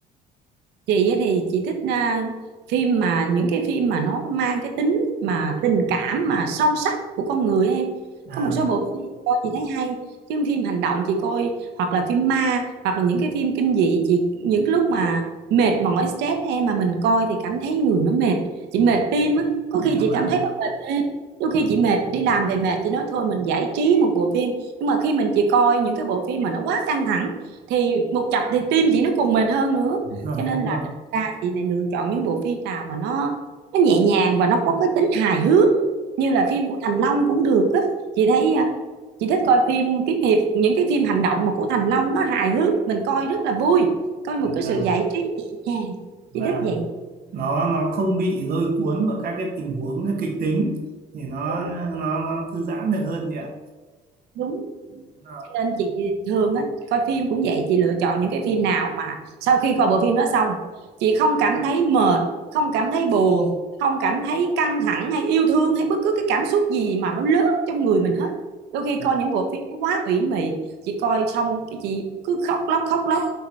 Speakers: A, on the right; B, on the right.
A: chị á thì chị thích à, phim mà những cái phim mà nó mang cái tính mà tình cảm mà sâu sắc của con người á em
B: À,
A: có một số bộ phim chị coi chị thấy hay chứ phim hành động chị coi hoặc là phim ma hoặc là những cái phim kinh dị chị những cái lúc mà mệt mỏi stress em mà mình coi thì cảm thấy người nó mệt chị mệt tim á có
B: dạ
A: khi chị
B: vâng,
A: cảm thấy nó mệt tim đôi khi chị mệt đi làm về mệt chị nói thôi mình giải trí một bộ phim nhưng mà khi mình chị coi những cái bộ phim mà nó quá căng thẳng thì một chập thì tim chị nó còn mệt hơn nữa
B: <laughs>
A: cho nên
B: đúng rồi,
A: ra chị lại lựa chọn những bộ phim nào mà nó nó nhẹ nhàng và nó có cái tính hài hước như là phim của Thành Long cũng được á chị thấy à, chị thích coi phim kiếm hiệp những cái phim hành động mà của Thành Long nó hài hước mình coi rất là vui coi
B: dạ
A: một cái
B: vâng,
A: sự giải trí nhẹ nhàng
B: vâng.
A: chị thích vậy
B: nó nó không bị lôi cuốn vào các cái tình huống kịch tính thì nó
A: đúng
B: nó nó thư giãn được hơn chị ạ
A: đúng
B: Đúng rồi.
A: Cho nên chị thường á, coi phim cũng vậy chị lựa chọn những cái phim nào mà sau khi coi bộ phim đó xong chị không cảm thấy mệt không cảm thấy buồn không cảm thấy căng thẳng hay yêu thương hay bất cứ cái cảm xúc gì mà nó lớn trong người mình hết đôi khi coi
B: <laughs>
A: những bộ phim nó quá ủy mị chị coi xong cái chị cứ khóc lóc khóc lóc